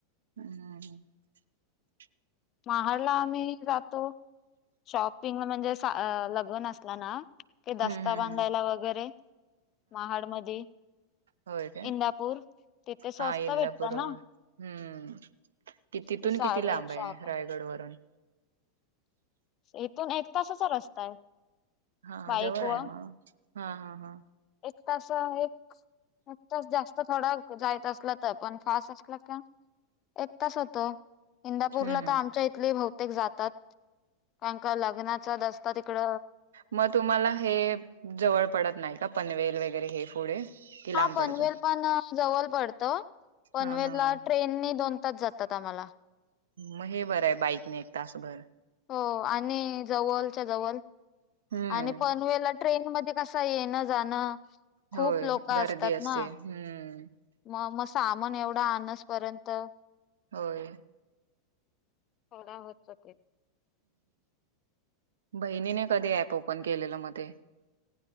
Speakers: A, on the right; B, on the left.
A: हम् ह
B: महाड ला आम्ही जातो. शॉपिंग म्हणजे लग्न असला, ना ते
A: हम्म
B: दस्ता
A: हम्म
B: बांधायला
A: हम्म.
B: वगैरे महाड मध्ये,
A: हो का
B: इंदापूर तिथे स्वस्त
A: हा इंद
B: भेटत
A: पुरळ
B: ना
A: हम्म, कि तिथून
B: ते साडे
A: किती लांब
B: एकशे
A: आहे
B: आठ
A: रायगड वरून
B: इथून एक तासाचा रस्ता आहे.
A: हा
B: बाईक
A: जवळ
B: व
A: आहे मला हा हा हा,
B: एक तसा एक, नच जास्त थोडं जायच असलं तर पण फास्ट असलं का, एक तास होतो. इंदापूरला
A: हम्म हम्
B: तर आमच्या इथले भात, प्र्येक जातात कारण का लग्नाचाच असता तिकड,
A: मग तुम्हाला हे जवळ पडत नाही. का पनवेल वगैरे हे पुढे कि
B: हा
A: लांब
B: पनवेल
A: पडत
B: पण जवळ पडतं. पनवेल
A: हा हा
B: ला
A: हा
B: ट्रेन दोन तास जातात आम्हाला.
A: मग हे बरं आहे बाईकने एक तासभर,
B: हो आणि जवळच्या जवळ
A: हम्म
B: आणि पनवेला, ट्रेन मध्ये कसा येणं जाणं, खूप
A: होय
B: लोक असतात
A: गर्दी असते
B: ना
A: हम्म,
B: मग मग सामान एवढं आणस पर्यंत
A: होय
B: थडा होततक,
A: बहिणीने कधी ऍप ओपन केलेलं म ते?